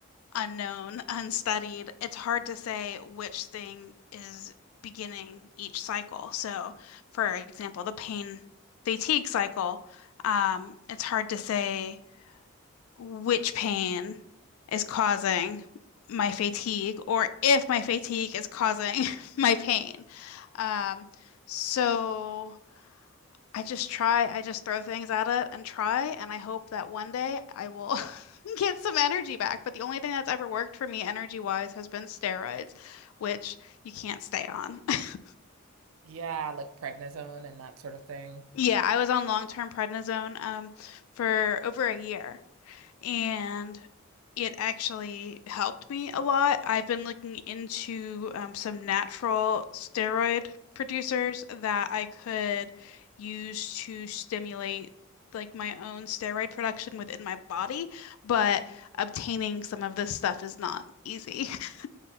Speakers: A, on the left; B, on the right.
A: unknown, unstudied, it's hard to say which thing is beginning each cycle. So, for example, the pain fatigue cycle, um, it's hard to say which pain is causing my fatigue or if my fatigue is causing <laughs> my pain. Um, so. I just try, I just throw things at it and try, and I hope that one day I will <laughs> get some energy back. But the only thing that's ever worked for me energy-wise has been steroids, which you can't stay on. <laughs>
B: Yeah, like prednisone and that sort of thing.
A: Yeah, I was on long-term prednisone um, for over a year. and it actually helped me a lot. I've been looking into um, some natural steroid producers that I could use to stimulate like my own steroid production within my body, but obtaining some of this stuff is not easy. <laughs>